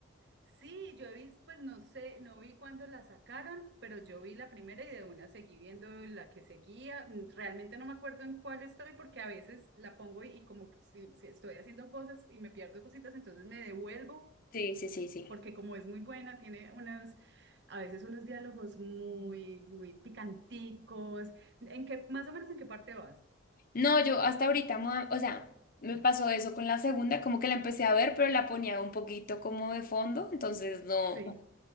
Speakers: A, on the right; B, on the left.
A: Sí, yo vi, pues no sé, no vi cuándo la sacaron, pero yo vi la primera y de una seguí viendo la que seguía. Mm, Realmente no me acuerdo en cuál estoy porque a veces la pongo y, y como si, si estoy haciendo cosas y me pierdo cositas, entonces me devuelvo
B: Sí, sí, sí, sí.
A: porque como es muy buena, tiene unas, a veces unos diálogos muy, muy picanticos. ¿En qué, más o menos en qué parte vas?
B: No, yo hasta ahorita, ma- o sea, me pasó eso con la segunda, como que la empecé a ver, pero la ponía un poquito como de fondo, entonces no.
A: Sí.